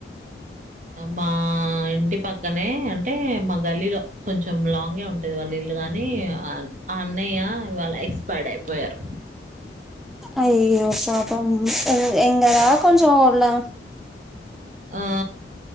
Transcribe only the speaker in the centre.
అయ్యో పాపం యంగ్ ఆ కొంచెం ఓల్డ్ ఆ